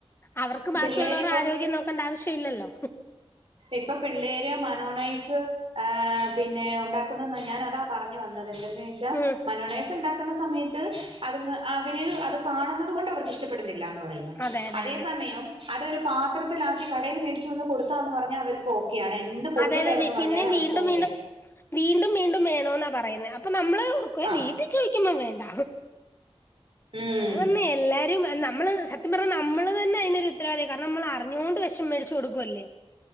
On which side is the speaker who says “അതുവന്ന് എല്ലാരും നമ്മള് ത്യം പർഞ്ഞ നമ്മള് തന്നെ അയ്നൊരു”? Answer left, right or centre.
Left